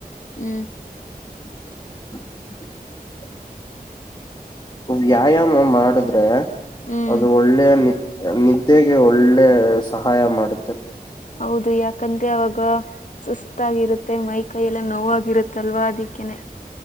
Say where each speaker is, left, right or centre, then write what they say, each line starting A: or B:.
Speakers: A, on the left; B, on the left.
A: ಹ್ಮ್.
B: <inaudible> ವ್ಯಾಯಾಮ ಮಾಡಿದ್ರೆ.
A: ಹ್ಮ್
B: ಅದು ಒಳ್ಳೆಯ ನ ನಿದ್ದೆಗೆ ಒಳ್ಳೆ ಸಹಾಯ ಮಾಡುತ್ತೆ.
A: ಹೌದು ಯಾಕಂದ್ರೆ ಅವಾಗ. ಸುಸ್ತಾಗಿರುತ್ತೆ ಮೈ ಕೈಯ ಎಲ್ಲ ನೋವಾಗಿರುತ್ತಲ್ವಾ ಅದಕ್ಕೇನೆ.